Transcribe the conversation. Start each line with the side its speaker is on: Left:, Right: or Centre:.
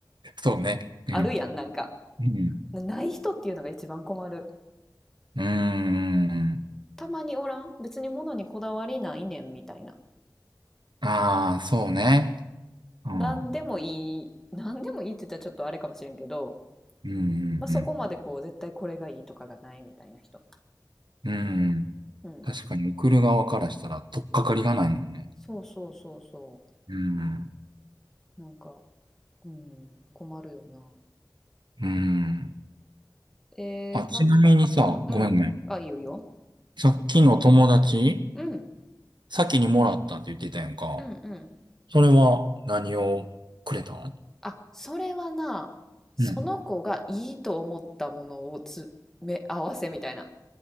Right: そうね。うん。
Centre: あるやん、なんか。
Right: うん。
Centre: なない人っていうのが一番困る。
Right: うーん。
Centre: たまにおらん別に物にこだわりないねんみたいな。
Right: ああ、そうね。うん。
Centre: 何でもいい、
Right: うん
Centre: 何でもいいって言ったらちょっとあれかもしれんけど、
Right: うん
Centre: まあ、そこまでこう絶対これがいいとかがないみたいな人。
Right: うん。うん。
Centre: うん。
Right: 確かに送る側からしたら取っかかりがないもんね。
Centre: そうそうそうそ
Right: うん。
Centre: う。なんか、うん、困るよな。
Right: うん。
Centre: えー、
Right: あ、
Centre: た、
Right: ちなみにさ、
Centre: うんうん。
Right: ごめんごめん。
Centre: あ、いいよいいよ。
Right: さっきの友達、
Centre: うん、
Right: 先にもらったって言ってたやんか。
Centre: うんうん。
Right: それは何をくれたん
Centre: あ、それはな、その子がいいと思ったものを詰め合わせみたいな。
Right: うん。